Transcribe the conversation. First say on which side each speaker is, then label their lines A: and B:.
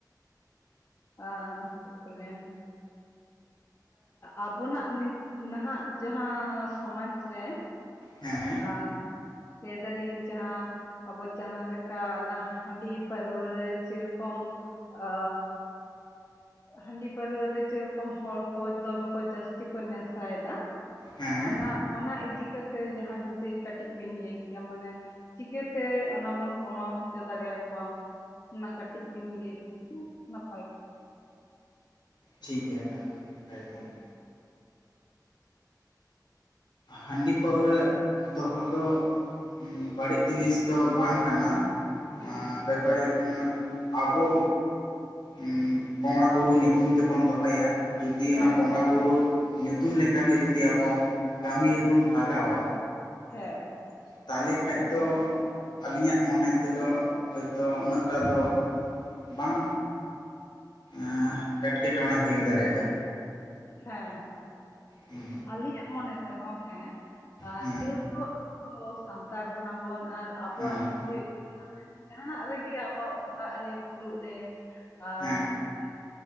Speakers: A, on the left (about 40°); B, on the left (about 80°).
A: ᱟᱻ ᱪᱮᱫ ᱠᱚ ᱞᱟᱹᱭᱟ? ᱟᱵᱚᱱᱟᱜ ᱱᱤᱛ ᱱᱟᱦᱟᱜ ᱡᱟᱦᱟᱸ ᱥᱚᱢᱟᱡᱽ ᱨᱮ
B: ᱦᱮᱸ
A: ᱟᱻ ᱞᱟᱹᱭᱫᱟᱞᱤᱧ ᱡᱟᱦᱟᱸ ᱟᱵᱚ ᱡᱟᱦᱟᱸᱞᱮᱠᱟ ᱚᱱᱟ ᱦᱟᱺᱰᱤ ᱯᱟᱹᱨᱣᱟᱹ ᱨᱮ ᱡᱮᱨᱚᱠᱚᱢ ᱟᱻ ᱦᱟᱺᱰᱤ ᱯᱟᱹᱣᱨᱟᱹ ᱨᱮ ᱡᱮᱨᱚᱠᱚᱢ ᱦᱚᱲ ᱠᱚ ᱫᱚᱢᱮ ᱠᱚ ᱡᱟᱹᱥᱛᱤ ᱠᱚ ᱱᱮᱥᱟᱭᱮᱫᱟ᱾
B: ᱦᱮᱸ
A: ᱚᱱᱟ ᱚᱱᱟ ᱤᱫᱤ ᱠᱟᱛᱮᱜ ᱡᱟᱦᱟᱸ ᱡᱩᱫᱤ ᱠᱟᱹᱴᱤᱡ ᱵᱤᱱ ᱞᱟᱹᱭ ᱠᱮᱭᱟ ᱢᱟᱱᱮ ᱪᱤᱠᱟᱹᱛᱮ ᱚᱱᱟ ᱵᱚᱱ ᱠᱚᱢᱟᱣ ᱦᱚᱪᱚ ᱫᱟᱲᱮᱭᱟ ᱠᱚᱣᱟ? ᱚᱱᱟ ᱠᱟᱹᱴᱤᱡ ᱵᱤᱱ ᱞᱟᱹᱭ <inaudible> ᱱᱟᱯᱟᱭ ᱠᱚᱜ-ᱟ᱾
B: ᱴᱷᱤᱠ ᱜᱮᱭᱟ ᱛᱟᱦᱚᱸᱞᱮ
A: ᱦᱮᱸ
B: <inaudible> ᱦᱟᱺᱰᱤ ᱯᱟᱹᱣᱨᱟᱹ ᱫᱚᱦᱚ ᱫᱚ ᱦᱩᱸ ᱵᱟᱹᱲᱤᱡ ᱡᱤᱱᱤᱥ ᱫᱚ ᱵᱟᱝ ᱠᱟᱱᱟ᱾
A: ᱦᱮᱸ
B: ᱟᱨ ᱵᱮᱯᱟᱨ ᱦᱩᱭᱩᱜ ᱠᱟᱱᱟ ᱟᱵᱚ ᱩ ᱵᱚᱸᱜᱟ ᱵᱩᱨᱩ ᱧᱩᱛᱩᱢ ᱛᱮᱵᱚᱱ ᱫᱚᱦᱚᱭᱟ᱾ ᱡᱩᱫᱤ
A: ᱦᱮᱸ
B: ᱚᱱᱟ ᱵᱚᱸᱜᱟ
A: ᱦᱮᱸ
B: ᱵᱩᱨᱩ ᱧᱩᱛᱩᱢ ᱞᱮᱠᱟ ᱜᱮ ᱡᱩᱫᱤ ᱟᱵᱚ ᱠᱟᱹᱢᱤ ᱨᱮᱵᱚᱱ ᱞᱟᱜᱟᱣᱟ᱾
A: ᱦᱮᱸ᱾
B: ᱛᱟᱦᱚᱸᱞᱮ ᱠᱷᱟᱡ ᱫᱚ ᱟᱹᱞᱤᱧᱟᱜ ᱢᱚᱱᱮ ᱛᱮᱫᱚ ᱦᱳᱭᱛᱚ ᱩᱱᱟᱹᱜᱴᱟᱜ ᱫᱚ ᱵᱟᱝ ᱟ ᱮᱴᱠᱮᱴᱚᱬᱮ ᱦᱩᱭ ᱫᱟᱲᱮᱭᱟᱜ-ᱟ᱾
A: ᱦᱮᱸ ᱦᱮᱸ
B: ᱦᱮᱸ
A: ᱟᱞᱤᱧᱟᱜ ᱢᱚᱱᱮ ᱛᱮᱦᱚᱸ ᱦᱮᱸ ᱟ <unintelligible>
B: ᱦᱮᱸ
A: ᱛᱚ ᱟᱵᱚ ᱫᱚ ᱥᱟᱱᱛᱟᱲ ᱠᱟᱱᱟ ᱵᱚᱱ ᱟᱨ ᱟᱵᱚᱣᱟᱜ
B: ᱦᱮᱸ
A: ᱫᱚ ᱦᱩᱭᱩᱜ <inaudible> ᱡᱟᱦᱟᱱᱟᱜ ᱨᱮᱜᱮ ᱟᱵᱚᱣᱟᱜ ᱵᱚᱸᱜᱟᱜ ᱨᱮ ᱵᱩᱨᱩᱜ ᱨᱮ ᱟ
B: ᱦᱮᱸ
A: <unintelligible>